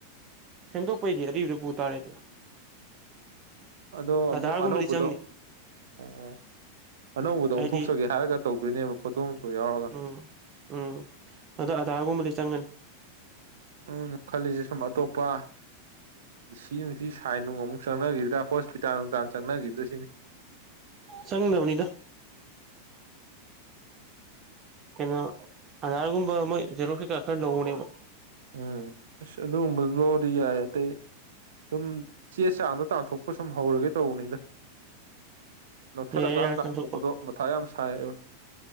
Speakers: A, on the right (about 30°); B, on the right (about 60°).
A: ꯁꯦꯝꯗꯣꯛꯄꯩꯗꯤ ꯑꯔꯤꯕꯗꯨ ꯄꯨ ꯇꯥꯔꯦꯗꯅ
B: ꯑꯗꯣ ꯑꯃꯨꯛ
A: ꯑꯙꯥꯔꯒꯨꯝꯕꯗꯤ
B: ꯑꯅꯧꯕꯗꯣ
A: ꯆꯪꯅꯤ
B: ꯑꯣ ꯑꯣ ꯑꯅꯧꯕꯗ ꯑꯣꯟꯊꯣꯛꯆꯒꯦ
A: ꯍꯥꯏꯗꯤ
B: ꯍꯥꯏꯔꯒ ꯇꯧꯗꯣꯏꯅꯦꯕ ꯐꯣꯇꯣ ꯅꯨꯡꯇꯣ ꯌꯥꯎꯔꯒ
A: ꯎꯝ ꯎꯝ ꯑꯗꯨ ꯑꯘꯥꯔꯒꯨꯝꯕꯗꯤ ꯆꯪꯒꯅꯤ
B: ꯑꯩꯅ ꯈꯜꯂꯤꯁꯦ ꯁꯨꯝ ꯑꯇꯣꯞꯄ ꯗꯤ ꯁꯤ ꯅꯨꯡ ꯁꯤ ꯁꯥꯏꯟ ꯅꯨꯡ ꯑꯃꯨꯛ ꯆꯪꯅꯒꯤꯗ꯭ꯔꯥ ꯍꯣꯁꯄꯤꯇꯥꯜ ꯅꯨꯡꯇꯥꯜ ꯆꯪꯅꯒꯤꯗ꯭ꯔꯥ ꯁꯤꯅꯤ
A: ꯆꯪꯗꯕꯅꯤꯗ ꯀꯩꯅꯣ ꯑꯥꯙꯥꯔꯒꯨꯝꯕ ꯃꯣꯏ ꯖꯦꯔꯣꯛꯁ ꯀꯩꯀꯥ ꯈꯔ ꯂꯧꯕꯅꯦꯕ
B: ꯎꯝ ꯑꯁ ꯛꯗꯨꯒꯨꯝꯕ ꯂꯧꯔꯗꯤ ꯌꯥꯢ ꯑꯇꯩ ꯁꯨꯝ ꯆꯦ ꯆꯥꯡꯗꯣ ꯇꯥꯟꯊꯣꯛꯄ ꯁꯨꯝ ꯍꯧꯔꯒꯦ ꯇꯧꯕꯅꯤꯗ ꯅꯛꯁꯜꯂꯀꯥꯟ
A: ꯑꯦ ꯌꯥꯔ
B: ꯇꯥꯟꯊꯣꯛꯄꯗꯣ
A: ꯆꯪꯊꯣꯛꯄ
B: ꯃꯊꯥ ꯌꯥꯝ ꯁꯥꯏꯕ